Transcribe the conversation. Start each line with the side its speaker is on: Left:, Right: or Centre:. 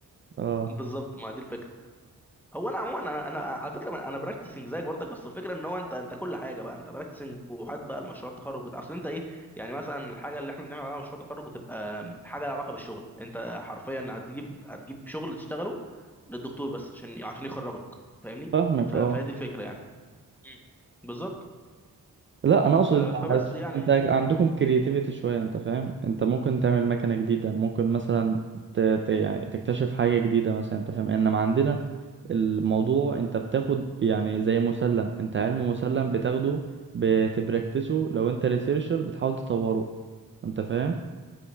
Right: اه
Centre: بالظبط ما دي الفكره هو انا عموما انا, أنا على فكره انا, أنا براكتسنج زيك برضك بس الفكره ان هو انت انت كل حاجه بقى انت براكتسنج وحد بقى المشروع التخرج بتاع اصل انت ايه يعني مثلا الحاجه اللي احنا بنعمل عليها مشروع تخرج بتبقى حاجه لها علاقه بالشغل انت حرفيا هتجيب هتجيب شغل تشتغله للدكتور بس عشان عشان يخرجك فاهمني
Right: فاهمك
Centre: ف- فهي
Right: اه
Centre: دي الفكره يعني مم. بالظبط
Right: لا انا اقصد
Centre: ف-
Right: انت
Centre: فبس
Right: عايز-
Centre: يعني
Right: انت عندكم كرياتيفيتي شويه انت فاهم انت ممكن تعمل مكنه جديده ممكن مثلا ت... ت... يعني تكتشف حاجه جديده مثلا انت فاهم انما عندنا الموضوع انت بتاخد يعني زي مسلم انت علم مسلم بتاخده بتبركتسه لو انت ريسيرشر بتحاول تطوره انت فاهم